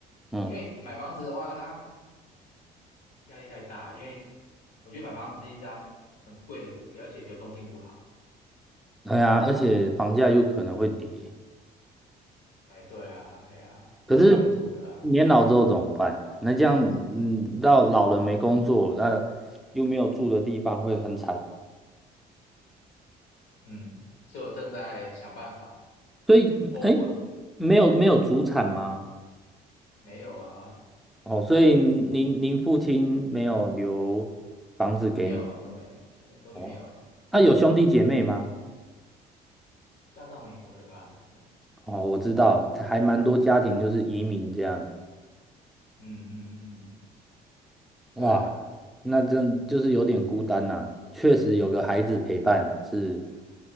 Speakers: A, in the centre; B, on the left.
A: 嗯，
B: 因为买房子的话，它压力太大，因为我觉得买房子是一张很贵的股票，而且流动性不好。
A: 哎呀，而且房价有可能会跌。
B: 哎，对啊，哎呀、
A: 可是年老之后怎么办？
B: 所以我就用租的啊，
A: 那这样，嗯，到老了没工作，那、又没有住的地方，会很惨。
B: 嗯，所以我正在想办法
A: 所以，
B: 脱困，
A: 哎，没有没有祖产吗？
B: 没有啊，
A: 哦，所以您您父亲没有留房子给你
B: 没有啊，都没有，呃都没有啊，
A: 哦？啊，有兄弟姐妹吗？
B: 嫁到美国了吧？
A: 哦，我知道，还蛮多家庭就是移民这样。
B: 嗯嗯嗯嗯，
A: 哇，
B: 对啊，
A: 那真就是有点孤单呐、确实有个孩子陪伴是